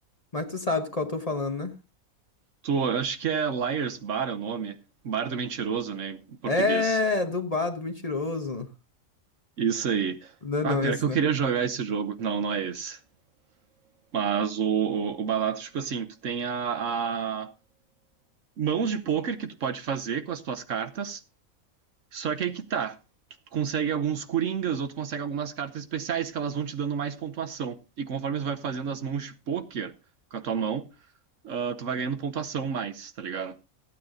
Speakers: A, on the left (about 30°); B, on the right (about 65°).
A: Mas tu sabe do qual eu tô falando, né?
B: Tu, eu acho que é Liars Bar é o nome. Bar do Mentiroso, né, em português.
A: É, do bado mentiroso.
B: Isso aí.
A: Não é
B: Ah,
A: não
B: pior
A: esse,
B: que eu
A: né?
B: queria jogar esse jogo. Não, não é esse. Mas o, o, o barato, tipo assim, tu tem a, a mãos de pôquer que tu pode fazer com as tuas cartas. Só que aí que tá. Tu consegue alguns coringas, ou tu consegue algumas cartas especiais que elas vão te dando mais pontuação. E conforme tu vai fazendo as mãos de pôquer com a tua mão, ah, tu vai ganhando pontuação mais, tá ligado?